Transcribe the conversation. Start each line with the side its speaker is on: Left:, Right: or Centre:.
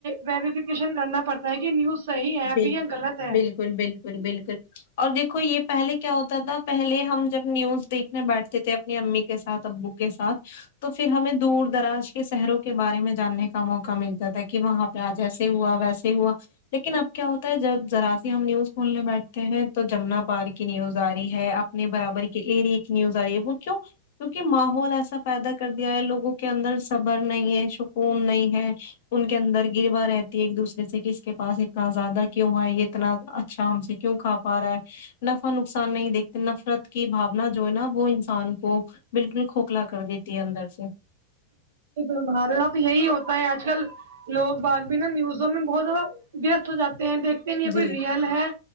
Right: ویریفکیشن کرنا پڑتا ہے کہ نیوز صحیح ہے
Left: بل
Right: بھی یا غلط ہے
Left: بالکل بالکل بالکل اور دیکھو یہ پہلے کیا ہوتا تھا پہلے ہم جب نیوز دیکھ اپنے بیٹھتے تھے اپنی امی کے ساتھ ابو کے ساتھ تو پھر ہمیں دور دراز کے شہروں کے بارے میں جاننے کا موقع ملتا تھا کہ وہاں کیا جیسے ہوا ویسے ہوا لیکن اب کیا ہوتا ہے جب ذرا سی ہم نیوز کھولنے بیٹھتے ہیں تو جمنا پار کی نیوز آ رہی ہے ا نے برابر کی ایرے کی نیوز آ رہی ہے وہ کیوں کیونکہ ماحول ایسا پیدا کر دیا ہے لوگوں کے اندر صبر نہیں ہے سکون نہیں ہے ان کے اندر گروا رہتی ہے ایک دوسر سے کس کے پاس ایک زیادہ کیوں ہے یہ اتنا اچھا ہم سے کیوں کھا پا رہا ہے نفع نقصان نہیں دیکھتے نفرت کی بھاونا جو ہے نا وہ انسان کو بالکل کھوکھلا کر دیتی ہے اندر سے
Right: ہمارے یہاں بھی یہی ہوتا ہے آج کل لوگ بعد بھی نہ نیوزوں میں بہت زیادہ وست ہو جاتے ہیں دیکھتے یہ
Left: جی
Right: کوئی ریئل ہے